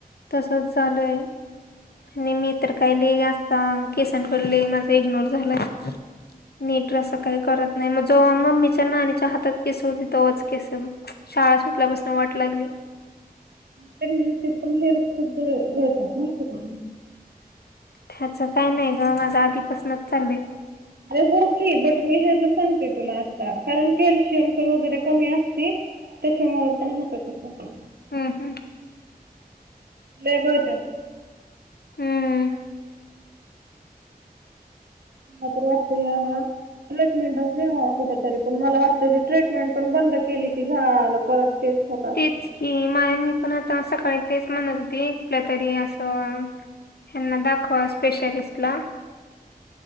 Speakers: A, on the left; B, on the right.
A: तसच, झालंय. <unintelligible> मी तर काय लय असता. केसांकड माझा इग्नोर झालाय. नीट असं काही करत नाही. मग जेव्हा मम्मीच्या, नाणीच्या हातात केस होती. तवाच केस <unintelligible> शाळा सुटल्या पासनं वाट लागली.
B: प्रेग्न्सीत पण हेअर खूप गळ गळतात. माहितीय का तुला.
A: ह्याचं काय नाही गं, माझं आधीपासनच चाललंयत.
B: अरे हो की. बट मी ह्याज सांगते तुला आता. कारण कॅल्शियमच वगैरे कमी असती. त्याच्यामुळे पण होत तसं.
A: हम्, हम्.
B: लय गळत्यात.
A: हम्म.
B: मला तर वाटतय, या ना ट्रीटमेंटच घ्यावा कुठ तरी. पण मला वाटतं ती ट्रीटमेंट पण बंद केली की, झालं परत तेच. होत असेल.
A: तीच की. माय मी पण आता सकाळी तेच म्हणत होते. कुठल्या तरी असं ह्यांना दाखवा, स्पेशालिस्टला.